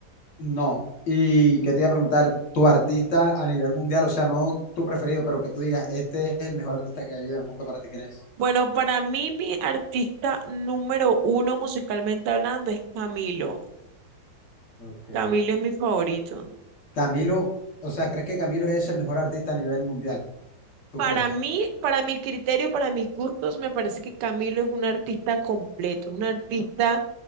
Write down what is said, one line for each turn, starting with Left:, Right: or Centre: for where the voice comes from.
Left: No. Y qué te iba a preguntar, tu artista a nivel mundial, o sea, no tu preferido, pero que tú digas, este es el mejor artista que ha habido en el mundo para ti, ¿quién es?
Right: Bueno, para mí mi artista número uno musicalmente hablando es Camilo.
Left: Ok,
Right: Camilo es mi favorito.
Left: Camilo, o sea, ¿crees que Camilo es el mejor artista a nivel mundial? ¿Tú
Right: Para
Left: crees?
Right: mí, para mi criterio, para mis gustos, me parece que Camilo es un artista completo, un artista